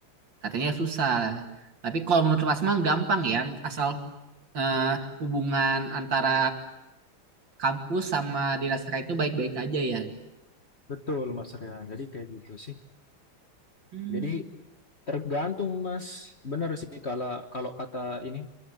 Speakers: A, on the right; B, on the left.
A: katanya susah. Tapi kalau menurut Mas mah gampang ya asal eh, hubungan antara kampus sama dinas raya itu baik-baik aja ya.
B: Betul Mas Rian. Jadi kayak gitu sih.
A: Hmm,
B: Jadi tergantung Mas. Benar sih kalau kalau kata ini.